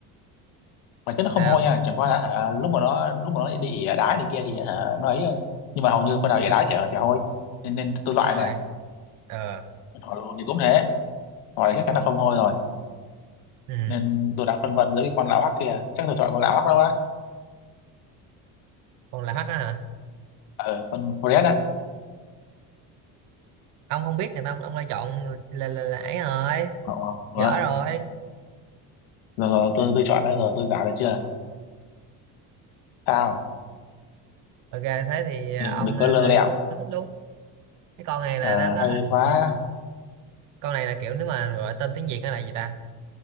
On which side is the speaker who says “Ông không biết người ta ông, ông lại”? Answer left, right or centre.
Right